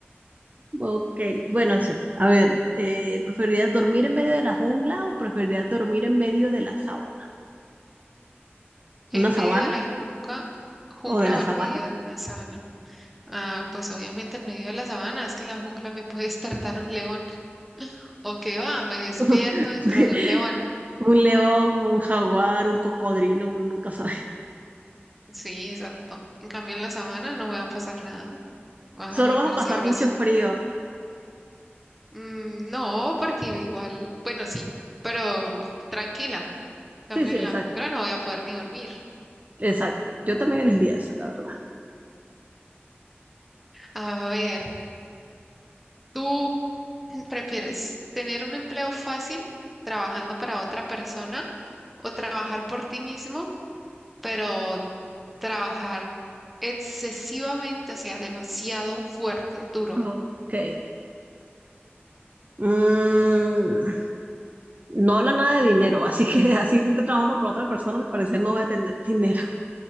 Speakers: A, on the right; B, in the centre.
A: Ok, bueno, sí, a ver, eh, ¿preferirías dormir en medio de la jungla o preferirías dormir en medio de la sabana?
B: en
A: ¿Una sabana
B: medio de la jungla, jungla
A: o de la
B: o
A: sabana?
B: en medio de una sabana. Ah, pues obviamente en medio de la sabana, es que en la jungla me puede <laughs> despertar un león, o qué va, me despierto
A: <laughs>
B: dentro de un león.
A: Un león, un jaguar, un cocodrilo, uno nunca sabe.
B: Sí, exacto. En cambio en la sabana no me va a pasar nada, vas
A: Solo
B: a dormir
A: vas a pasar
B: sabroso.
A: mucho frío.
B: Mm, no, porque igual, bueno, sí, pero tranquila. Cambio
A: Sí, sí,
B: en
A: exacto,
B: la jungla no voy a poder ni dormir.
A: exacto. Yo también elegiría esa, la verdad.
B: A ver, ¿tú <clears throat> prefieres tener un empleo fácil trabajando para otra persona o trabajar por ti mismo, pero trabajar excesivamente, o sea, demasiado fuerte, duro?
A: Ok. Mm, no habla nada de dinero, así que <laughs> así si esté trabajando por otra persona, al parecer no va a tener dinero.